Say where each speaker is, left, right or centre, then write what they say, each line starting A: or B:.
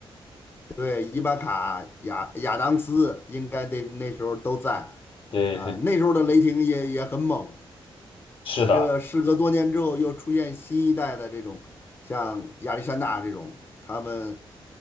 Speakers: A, on the left; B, on the left.
A: 对，伊巴卡、亚亚当斯应该那那时候都在，
B: 对对，
A: 啊、那时候的雷霆也也很猛。
B: 是的，
A: 这事隔多年之后，又出现新一代的这种，像亚历山大这种，他们